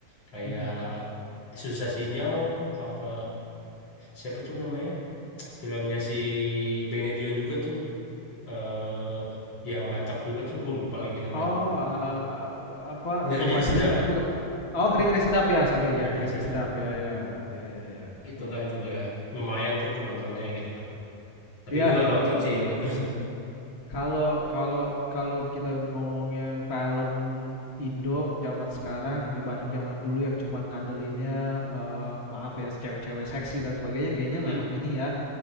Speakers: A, on the left (about 55°); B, on the left (about 30°).
A: Kayak
B: Mm-mm.
A: Susah Sinyal apa siapa tuh namanya? Filmnya si Benedion juga tuh eh yang Batak juga tuh gue lupa lagi nama
B: Oh
A: itu loh.
B: eh, apa
A: Nyeri-nyeri
B: Toba
A: sedap,
B: Dream apa oh ngeri-ngeri sedap ya sorry
A: nyeri-nyeri
B: ya ngeri-ngeri
A: sedap.
B: sedap
A: Hmm.
B: ya ya ya ya ya
A: itu
B: betul
A: kan
B: betul betul.
A: juga lumayan tuh penontonnya gitu kan. Tapi
B: Iya
A: gue nggak
B: betul
A: nonton
B: betul
A: sih yang
B: ya
A: itu.
B: gue ingat. Kalau kalau kalau kita ngomongin film Indo zaman sekarang dibanding zaman dulu yang cuman ngandelinnya eh, maaf ya cewek-cewek seksi dan sebagainya kayaknya
A: <laughs> Mm-mm.
B: memang ini ya